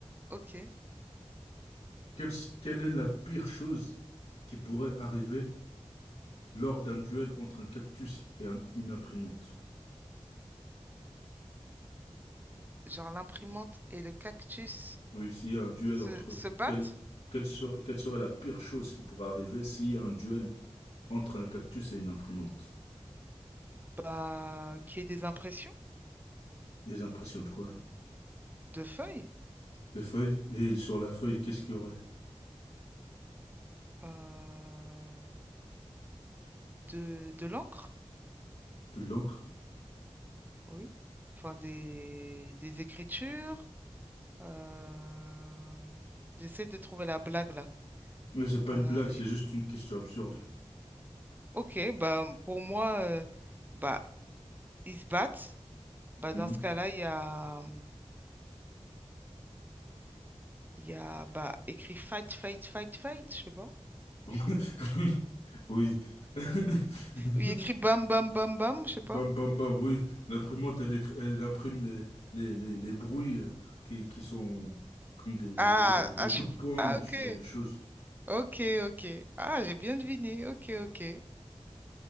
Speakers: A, on the right; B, on the left.
A: ok.
B: Quelle, quelle est la pire chose qui pourrait arriver lors d'un duel entre un cactus et un- une imprimante?
A: Genre l'imprimante et le cactus
B: Oui, s'il y a un duel
A: se,
B: entre
A: se
B: eux,
A: battent?
B: quelle, quelle ser- quelle serait la pire chose qui pourrait arriver s'il y a un duel Entre un cactus et une imprimante.
A: Bah, qu'il y ait des impressions
B: Des impressions de quoi?
A: de feuilles,
B: Des feuilles? Et sur la feuille, qu'est-ce qu'il y aurait?
A: euh, de, de l'encre,
B: De l'encre?
A: oui. Enfin, des, des écritures. euh, J'essaie de trouver la blague là.
B: Mais c'est pas
A: Euh,
B: une blague, c'est juste une question absurde.
A: ok, bah pour moi, euh, bah ils se battent. Bah,
B: Hmm
A: dans ce cas-là, il y a, hum, il y a bah, écrit fight, fight, fight, fight, je sais pas.
B: <laughs> Oui. <laughs>
A: Ou il y a écrit bam, bam, bam, bam, je sais pas.
B: Bam, bam, bam, oui. L'imprimante, elle, écri- elle imprime les, les, les, les bruits euh, qui, qui sont comme des, des
A: Ah,
B: bruits de, de
A: ah,
B: coups
A: je suis...
B: de poing
A: ah,
B: ou
A: ok,
B: ce genre de choses. <laughs>
A: ok, ok. Ah, j'ai bien deviné, ok, ok.